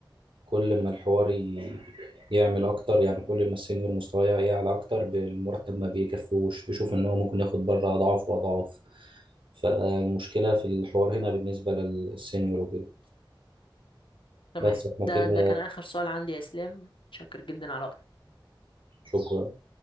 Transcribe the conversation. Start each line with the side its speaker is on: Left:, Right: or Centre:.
Right: كل ما الحوار ي- يعمل اكتر يعني كل ما السينيور مستواه يعلى اكتر بالمرتب ما بيكفوش بيشوف ان هو ممكن ياخد بره اضعاف واضعاف فالمشكله في الحوار هنا بالنسبه للسينيور وكده
Left: تمام
Right: بس احنا
Left: ده
Right: كده
Left: ده كان آخر سؤال عندي يا إسلام شكر جدا على وقتك
Right: شكرا